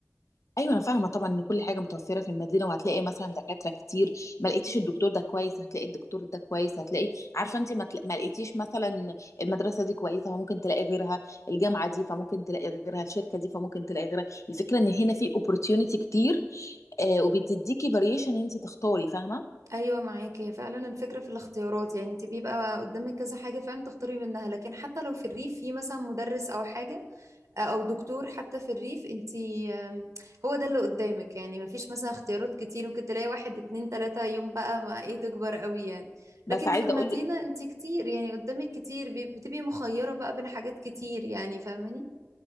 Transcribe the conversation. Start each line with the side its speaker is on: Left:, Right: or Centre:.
Left: ايوه انا فاهمه طبعا ان كل حاجه متوفره في المدينه وهتلاقي مثلا دكاتره كتير ما لقيتيش الدكتور ده كويس هتلاقي الدكتور ده كويس هتلاقي عارفه انت ما تلا- ما لقيتيش مثلا المدرسه دي كويسه فممكن تلاقي غيرها الجامعه دي فممكن تلاقي غيرها الشركه دي فممكن تلاقي غيرها الفكره ان هنا في opportunity كتير آه وبتديكي variation ان انت تختاري فاهمه
Right: ايوه معاكي هي فعلا الفكره في الاختيارات يعني انت بيبقى قدامك كذا حاجه فعلا تختاري منها لكن حتى لو في الريف في مثلا مدرس او حاجه او دكتور حتى في الريف انت آم، هو ده اللي قدامك يعني ما فيش مثلا اختيارات كتير ممكن تلاقي واحد اتنين تلاته يوم بقى ما ايه تكبر قوي يعني
Left: بس
Right: لكن
Left: عايزه
Right: في المدينه
Left: اقول لك
Right: انت كتير يعني قدامك كتير بي- بتبقي مخيره بقى بين حاجات كتير يعني فاهماني